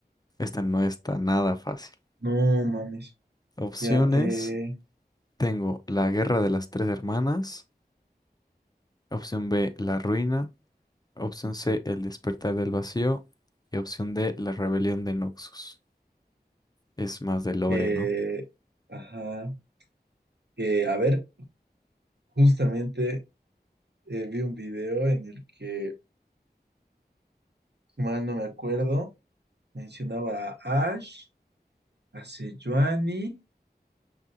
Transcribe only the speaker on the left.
Esta no está nada fácil.
Opciones,
tengo la Guerra de las Tres Hermanas, opción B, la Ruina, opción C, el Despertar del Vacío y opción D, la Rebelión de Noxus. Es más de lore,
¿no?